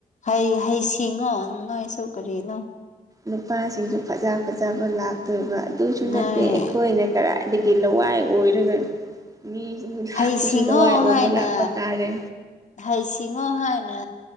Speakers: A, on the left; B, on the right.
A: ꯍꯩ ꯍꯩꯁꯤꯡꯉꯣ ꯅꯣꯏꯁꯨ ꯀꯔꯤꯅꯣ
B: ꯅꯨꯄꯥꯁꯤꯡꯁꯨ ꯐꯖ ꯐꯖꯕ ꯂꯥꯛꯇꯣꯏꯕ ꯑꯗꯨꯁꯨ
A: ꯅꯣꯏ
B: ꯅꯠꯇꯦ ꯑꯩꯈꯣꯏꯅ ꯀ ꯇꯤꯜꯂꯧ ꯋꯥꯏ ꯑꯣꯏꯔꯒ ꯃꯤꯁꯤꯡ ꯂꯥꯛꯄꯁꯨ
A: ꯍꯩꯁꯤꯡꯉꯣ
B: ꯂꯋꯥꯏ ꯑꯣꯏꯕ
A: ꯍꯥꯏꯅ
B: ꯂꯥꯛꯄ ꯇꯥꯔꯦ
A: ꯍꯩꯁꯤꯡꯉꯣ ꯍꯥꯏꯅ